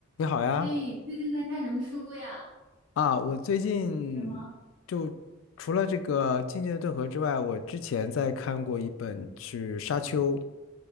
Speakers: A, on the left (about 80°); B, on the right (about 65°).
A: 你好呀，
B: 嘿，最近在看什么书呀？
A: 啊，我最近就除了这个《静静的顿河》之外，
B: 什么？
A: 我之前在看过一本是《沙丘》，